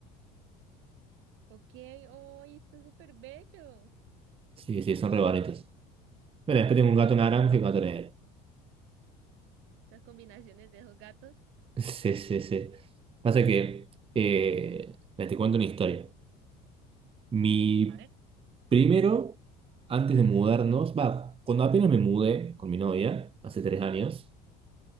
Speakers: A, on the right (about 65°); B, on the right (about 25°).
A: Ok, hoy está súper bello.
B: Sí, sí, son re bonitos. Bueno, después tengo un gato naranja y un gato negro.
A: Esas combinaciones de esos gatos.
B: Sí, sí, sí. Pasa que, eh, mira, te cuento una historia. Mi
A: A ver,
B: primero, antes de mudarnos, va, cuando apenas me mudé con mi novia, hace tres años,